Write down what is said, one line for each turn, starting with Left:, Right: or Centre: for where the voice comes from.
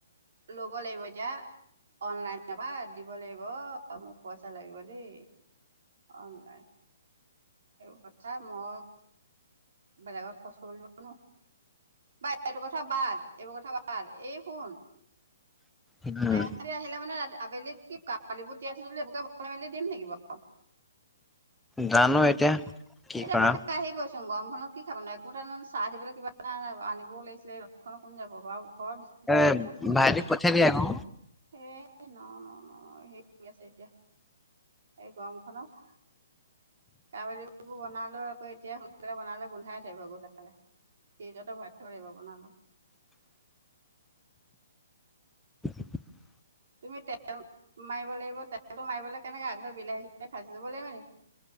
Right: ল'ব লাগিব এতিয়া অনলাইন নাপা দিব লাগিব মোক পইচা লাগিব দেই অনলাইন। এই কছা মই বেলেগত খৰচ কৰিদিলো নহয় <unintelligible> বাই এইটো কথা বাদ এইবোৰ কথা বাদ এই শুন
Centre: উম
Right: আহহ আহিলে মানে ৰা আবেলি কাৱালীবোৰ তিয়াই থৈছো যে গোটেই মেলি দিম নেকি বাৰ <unintelligible>
Centre: জানো এতিয়া? কি
Right: এতিয়া
Centre: কৰা
Right: পা আহিব <unintelligible> ন গৰমখনত কি খাব নয় একো এ চাহ দিবলৈ কিবা এটা আনিবও লাগিছিলে ৰদ'খনত কোন যাব বাৰু <unintelligible> ঘৰত বিচকুট চিচকুট
Centre: এ
Right: আছে
Centre: ভাইটিক পঠিয়াই দিয়া আকৌ
Right: এই ন ন ন সেই কৰি আছে এতিয়া এই গৰমখনত। কাৱলী বিবোৰ বনালেও আকৌ এতিয়া বনালে গোন্ধাই থাকিব গোধালে ফ্ৰিজতে ভৰাই থব লাগিব বনালে।
Centre: <inaudible> <inaudible>
Right: তুমি তেল মাৰিব লাগিব তেলটো মাৰিবলৈ কেনেকে আগদৰ বিলাহী চিলাহী ভাজি লব লাগিব নেকি?